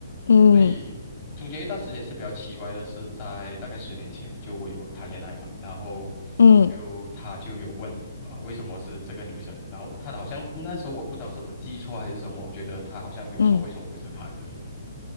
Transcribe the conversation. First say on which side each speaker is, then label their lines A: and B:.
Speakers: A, on the left; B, on the left.
A: 嗯
B: 所以中间一段时间是比较奇怪的，是在大概十年前，就我有谈恋爱嘛，然后
A: 嗯
B: 就他就有问，呃，为什么是这个女生，然后他好像那时候我不知道是我记错还是什么，我觉得他好像有说为什么不是他之类的。
A: 嗯。